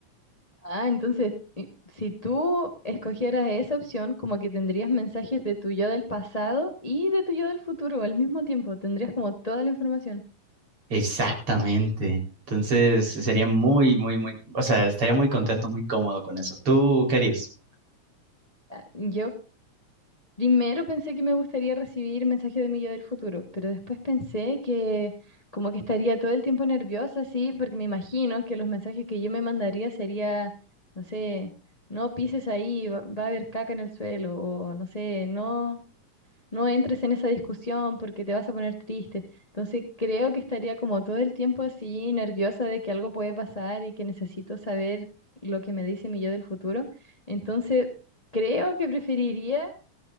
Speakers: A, on the left (about 25°); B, on the right (about 45°).
A: Ah, entonces, i- si tú escogieras esa opción, como que tendrías mensajes de tu yo del pasado y de tu yo del futuro al mismo tiempo, tendrías como toda la información.
B: Exactamente. Entonces sería muy, muy, muy, o sea, estaría muy contento, muy cómodo con eso. ¿Tú qué harías?
A: Ah, Yo primero pensé que me gustaría recibir mensajes de mi yo del futuro, pero después pensé que como que estaría todo el tiempo nerviosa, así, porque me imagino que los mensajes que yo me mandaría sería, no sé, no pises ahí, va, va a haber caca en el suelo, o no sé, no no entres en esa discusión porque te vas a poner triste. Entonces creo que estaría como todo el tiempo así nerviosa de que algo puede pasar y que necesito saber lo que me dice mi yo del futuro. Entonces creo que preferiría